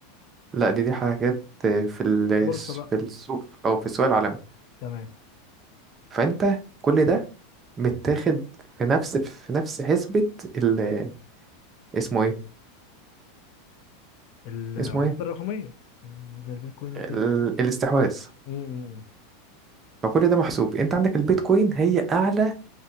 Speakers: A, on the right; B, on the left.
A: لا دي دي حاجات آه، في ال-
B: بورصه بقى
A: في السوق او في السوق العالمي
B: تمام
A: فانت كل ده متاخد في نفس في نفس حسبة ال اسمه ايه
B: العملات
A: اسمه ايه
B: الرقميه زي البيتكوين وكده
A: ال- الاستحواذ
B: مم.
A: فكل ده محسوب انت عندك البيتكوين هي اعلى